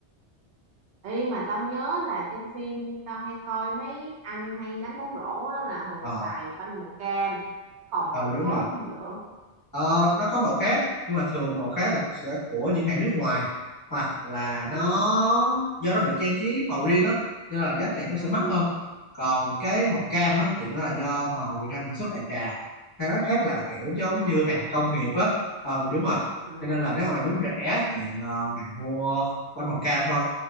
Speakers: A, on the right (about 75°); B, on the left (about 20°).
A: Ê mà tao nhớ là trên phim tao hay coi mấy anh hay đánh bóng rổ á, là thường
B: ờ
A: xài banh màu cam còn
B: ừ,
A: màu nào khác
B: đúng rồi
A: không vợ
B: Ờ, nó có màu khác nhưng mà thường màu khác là sẽ của những hãng nước ngoài hoặc là
A: ừ
B: nó do nó được trang trí màu riêng á nên là giá tiền nó sẽ
A: ừ
B: mắc hơn còn cái màu cam á thì nó là do màu Việt Nam sản xuất đại trà hay nói khác là kiểu giống
A: à
B: như hàng công nghiệp á ừ đúng rồi
A: ừ
B: cho nên là nếu mà mày muốn rẻ thì ờ, mày mua bánh màu cam thôi